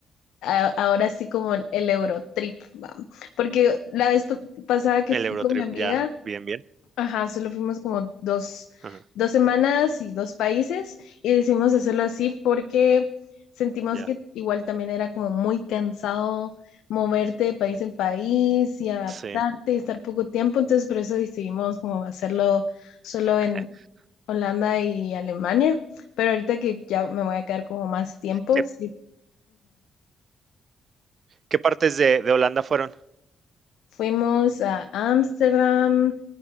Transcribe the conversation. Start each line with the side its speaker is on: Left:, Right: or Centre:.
Left: a- ahora sí como el, el Eurotrip, va. Porque la vez pa- pasada que
Right: El
Left: fui
Right: Eurotrip,
Left: con mi amiga,
Right: ya, bien, bien.
Left: Ajá, solo fuimos como dos,
Right: Ajá,
Left: dos semanas y dos países y decidimos hacerlo así porque sentimos
Right: ya,
Left: que igual también era como muy cansado moverte de país en país y adaptarte
Right: sí.
Left: y estar poco tiempo, entonces por eso decidimos como hacerlo solo
Right: <laughs>
Left: en Holanda y Alemania, pero ahorita que ya me voy a quedar como más tiempo,
Right: ¿Qué
Left: sí.
Right: qué partes de de Holanda fueron?
Left: Fuimos a Ámsterdam,